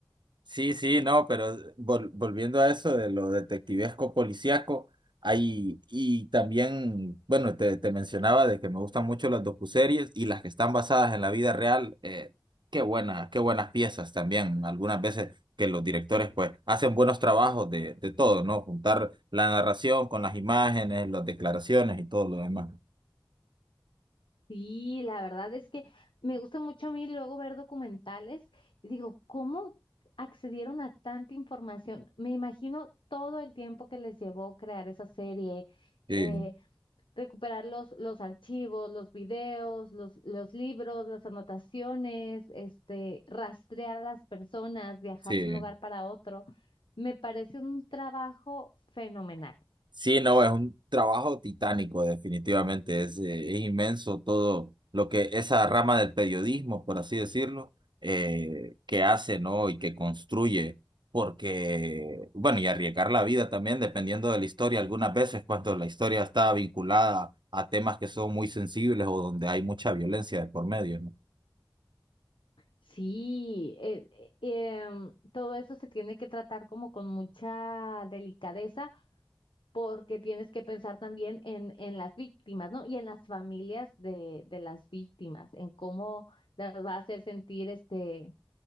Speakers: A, on the right (about 65°); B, on the left (about 85°).
A: Sí, sí, no, pero vol- volviendo a eso de lo detectivesco policíaco, hay, y también, bueno, te, te mencionaba de que me gustan mucho las docuseries y las que están basadas en la vida real, eh, qué buenas, qué buenas piezas también. Algunas veces que los directores pues hacen buenos trabajos de, de todo, ¿no? Juntar la narración con las imágenes, las declaraciones y todo lo demás.
B: Sí, la verdad es que me gusta mucho a mí luego ver documentales y digo, ¿cómo accedieron a tanta información? Me imagino todo el tiempo que les llevó crear esa serie,
A: Sí,
B: eh, recuperar los, los archivos, los videos, los, los libros, las anotaciones, este, rastrear a las personas, viajar
A: sí.
B: de un lugar para otro. Me parece un trabajo fenomenal.
A: Sí, no, es un trabajo titánico, definitivamente. Es, eh, es inmenso todo lo que esa rama del periodismo, por así decirlo, eh, que hace, ¿no? Y que construye. Porque, bueno, y arriesgar la vida también, dependiendo de la historia, algunas veces cuando la historia está vinculada a temas que son muy sensibles o donde hay mucha violencia de por medio, ¿no?
B: Sí, eh, eh, em, todo eso se tiene que tratar como con mucha delicadeza porque tienes que pensar también en, en las víctimas, ¿no? Y en las familias de, de las víctimas, en cómo las va a hacer sentir este